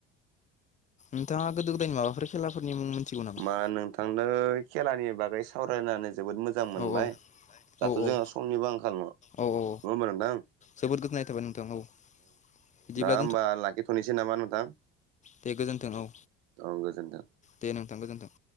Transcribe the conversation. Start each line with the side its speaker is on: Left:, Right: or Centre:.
Left: नोंथाङा गोदो गोदायनि माबाफोर खेलाफोरनि मुं मोनथिगौ नामा?
Right: मा नोंथांनो खेलानि बागै सावरायनानै जोबोद मोजां मोनबाय
Left: औ औ
Right: दाथ'
Left: औ
Right: जोङो
Left: औ
Right: समनिबो आंखाल नङा
Left: औ औ
Right: होमबा नोंथां
Left: जोबोद गोजोननाय थाबाय नोंथां औ। बिदिब्ला
Right: दा होमबा लाखिथ'नोसै नामा नोंथां?
Left: बे गोजोन्थों औ।
Right: औ गोजोन्थों।
Left: दे नोंथां गोजोनथों।